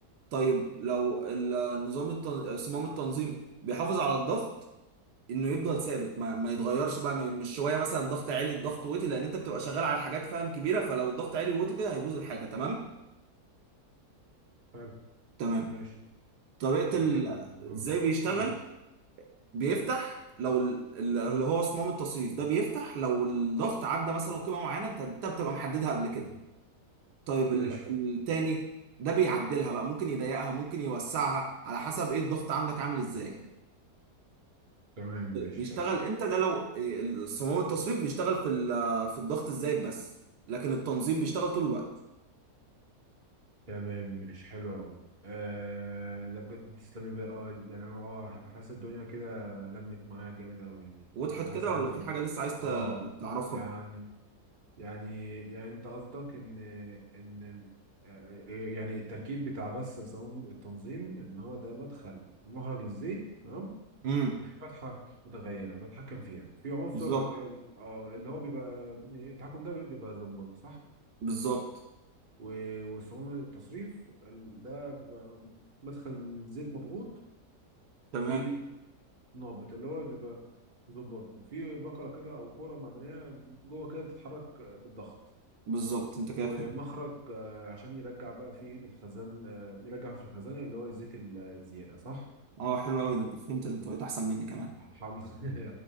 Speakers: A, on the right; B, on the right.
A: طيب لو النظام التن... صمام التنظيم بيحافظ على الضغط انه يفضل ثابت ما, ما يتغيرش بقى ما... مش شويه مثلا الضغط عالي الضغط واطي لان انت بتبقى شغال على حاجات فاهم كبيره فلو الضغط عالي واطي كده هيبوظ الحاجه تمام
B: حلو
A: تمام
B: ماشي
A: طريقه
B: ده
A: ال...
B: كده اه
A: ازاي بيشتغل
B: ماشي
A: بيفتح لو ال- ال- اللي هو صمام التصريف ده بيفتح لو الضغط عدى مثلا قيمه معينه انت انت بتبقى محددها قبل كده طيب
B: ماشي
A: ال- التاني ده بيعدلها بقى ممكن يضيقها ممكن يوسعها على حسب ايه الضغط عندك عامل ازاي
B: تمام ماشي
A: بيشتغل
B: حلو
A: امتى ده لو إيه، صمام التصريف بيشتغل في ال- في الضغط الزايد بس لكن التنظيم بيشتغل طول الوقت
B: تمام ماشي حلو قوي آه ده بجد تسلمي بقى اه يعني انا اه حاسس الدنيا كده لمت معايا جامد قوي
A: وضحت
B: يعني حاسس
A: كده
B: إن
A: ولا
B: انا في
A: في حاجة لسه عايز ت-
B: اه
A: تعرفها
B: يعني يعني يعني انت قصدك ان ان آه، آه، يعني التركيب بتاع بس صمام التنظيم ان هو ده مدخل مخرج للزيت تمام
A: امم
B: في فتحه متغيره بتحكم فيها في عنصر
A: بالظبط
B: ال- اه اللي هو بيبقى يعني التحكم ده بيبقى زنبرك صح
A: بالظبط
B: و- وصمام التصريف ال- ده بيبقى مدخل زيت مضغوط
A: تمام
B: في نابت اللي هو بيبقى زنبرك وفي بكره كده او كوره معدنيه جوه كده بتتحرك بالضغط
A: بالظبط انت كده
B: ومخرج
A: فهمت
B: آه، عشان يرجع بقى في الخزان آه، يرجع في الخزان اللي هو الزيت ال- الزيادة صح؟
A: اه حلو قوي ده انت فهمت ده انت بقيت احسن مني كمان
B: حمض <laughs>